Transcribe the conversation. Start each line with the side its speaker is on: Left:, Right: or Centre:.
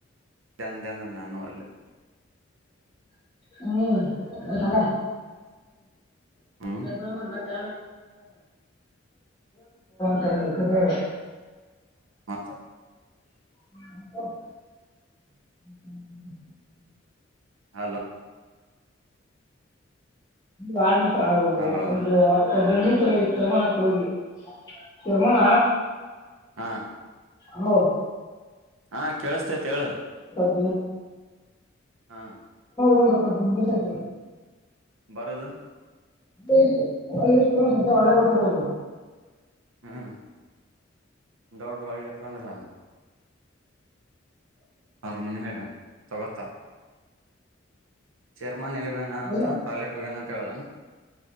Right: ಇ ಎಂತಾನೂ ಅಲ್ಲ
Left: ಹ್ಮ್ ಹ್ಮ್ ಹ
Right: ಹ್ಮ್
Left: ಹಾ ಬತ ತಂತ ಸುದಾಗ
Right: ಹಾ ಸರ್.
Left: ಹ ಹ್ಮ <inaudible>
Right: ಹಲೋ.
Left: ಒಂದು ಆರುಮಿಷ ಆು
Right: ಹಲೋ
Left: ಒಂದು ಹದ ನಿಮಿಷ ಚರ್ಮಾನಕ್ಕೆ ಹೋಗಿ ಚರ್ಮಾನ
Right: ಹಾ
Left: ಹ
Right: ಹಾ ಕೇಳಸ್ತೇತ್ ಹೇಳ
Left: ಆತ
Right: ಹಾ
Left: ಒಂದ ಆತದೆ
Right: ಬರದು
Left: ಒ ಒಳ್ಳೆ ಇಷ್ಟತ ಸದ ಒಳ್ಳೆ ಬರ್ತಾರೆ
Right: ಹ್ಮ್ ದೌಡ್ ಒಳ್ಳಲಿಕ್ಕ ಅಂದ್ರ ಅವ್ರ ಮನೆ ಹ ತೊಗೊತಾರ ಚೇರ್ಮನ್ ಎಲ್ಲಿ ಹೋಗ್ಯನ ಅಂತ
Left: ಇಲ್ಲ
Right: ಟಾಯ್ಲೆಟ್ ಹೋಗ್ಯಣ ಅಂತ ಹೇಳುದಣ.